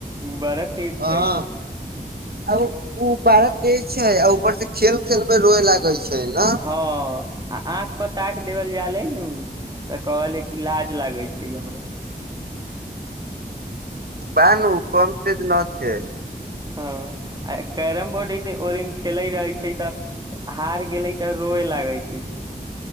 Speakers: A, on the right; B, on the right.
A: बड़ा तेज छै
B: हँ आ उ उ बड़ा छै आ ऊपर से खेल खेलबे रोय लागे छै न
A: हँ आ आँख पर ताक देवल जाल हे न तऽ कहलै कि लाज लागै छै हमरा
B: बनू कमतेज न छै
A: हँ आ कैरम बोर्ड ओ दिन खेले रहे छै तऽ हार गेले तऽ रोए लागे छै